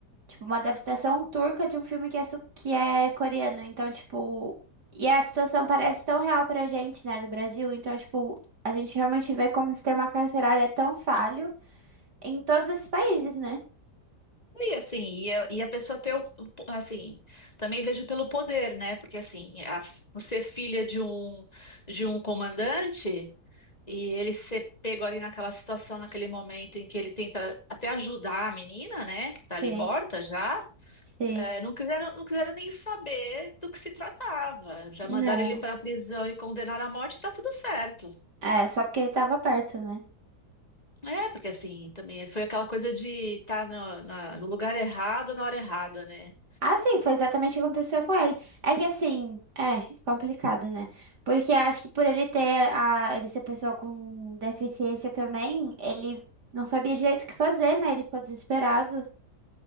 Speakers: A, on the right; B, on the left.
A: Tipo, uma adaptação turca de um filme que é, su- que é coreano. Então, tipo. E a situação parece tão real pra gente, né, do Brasil. Então, tipo, a gente realmente vê como o sistema carcerário é tão falho em todos esses países, né?
B: E assim, e a, e a pessoa ter o, o po- assim, também vejo pelo poder, né? Porque assim, a- por ser filha de um de um comandante e ele ser pego ali naquela situação, naquele momento em que ele tenta até ajudar a menina, né, que tá ali
A: Sim,
B: morta já,
A: sim.
B: eh, não quiseram não quiseram nem saber do que se tratava. Já
A: Não.
B: mandaram ele para a prisão e condenaram à morte e tá tudo certo.
A: É, só porque ele tava perto, né?
B: É, porque assim, também foi aquela coisa de estar na- na- no lugar errado na hora errada, né?
A: Ah, sim, foi exatamente o que aconteceu com ele. É que assim, é complicado, né? Porque eu acho que por ele ter a, ele ser pessoa com deficiência também, ele não sabia direito o que fazer, né? Ele ficou desesperado.